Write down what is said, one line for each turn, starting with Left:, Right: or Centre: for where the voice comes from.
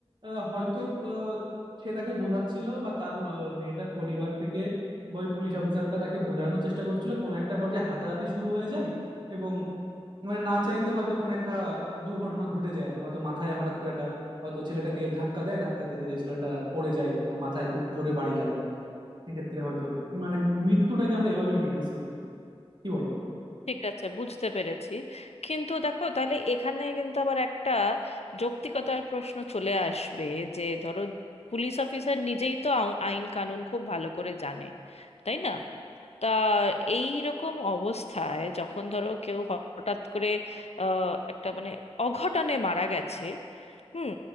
Right: আহ, হয়তো আহ, সে তাকে বোঝাচ্ছিল বা তার আহ, মেয়েটার পরিবার থেকে বা ওই পুলিশ অফিসারটা তাকে বোঝানোর চেষ্টা করছিল কোনো একটা পর্যায়ে হাতাহাতি শুরু হয়ে যায় এবং মানে না চাইতে হয়তো কোনো একটা দুর্ঘটনা ঘটে যায় আর কি। হয়তো মাথায় হঠাৎ করে একটা হয়তো ছেলেটাকে ধাক্কা দেয় ধাক্কা দিলে যে ছেলেটা পড়ে যায় বা মাথায় খুব জোরে বাড়ি লাগে সেক্ষেত্রে হয়তো মানে মৃত্যুটাকে আমরা এভাবে ইন্ট্রোডিউস করতে কি বলো
Left: ঠিক আছে বুঝতে পেরেছি কিন্তু দেখো তাহলে এখানে কিন্তু আবার একটা যৌক্তিকতার প্রশ্ন চলে আসবে যে ধরো পুলিশ অফিসার নিজেই তো আ- আইন কানুন খুব ভালো করে জানে তাই না তা এই রকম অবস্থায় যখন ধরো কেউ হঠাৎ করে আহ, একটা মানে অঘটনে মারা গেছে হুম